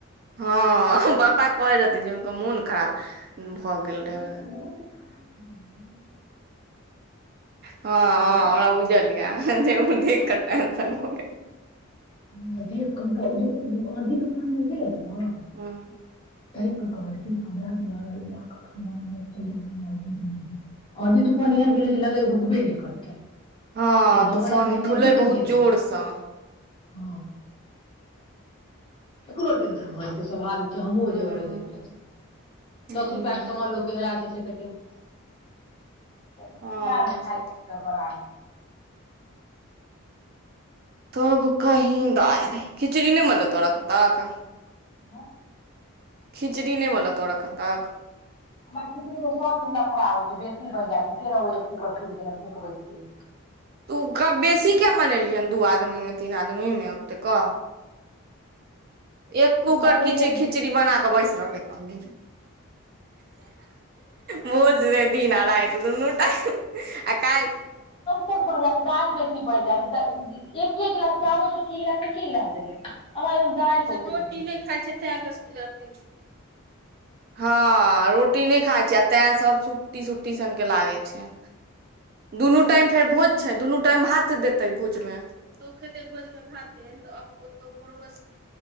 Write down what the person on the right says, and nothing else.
हँअ् पापा कहैइ रहथिन जे हुनकर मोन खराब भऽ गेल
रहै
हँअ् हँअ्
हमरा बुझलिया जे देख क टेंशन हो गेल
हूँ
हँ
तू फोन
उठौले
बहुत
जोरसँ
हूँ
हूँ
हँ से तब कही दाय खिचड़ी नहि मलै तोरा क त क
खिचड़ी ने बोल तोड़ कन ताक
तू बेसी किया बनेलियहन दू आदमीमे तीन आदमीमे ओतेक एक कूकर
कच खिचड़ी बना क बैस रहल ह भोझ दिन आ रत दुनू टाइम आ काल्हि
सब
रोटी
नहि खाय छैे ते अहाँके ह रोटी नहि खाय छी आ तें सब सुुट्टी सुुट्टी सन ल आवे छै दुनू टाइम फेर भोज छै दुनू टाइम भात देतै भोजमे खेै भोजात म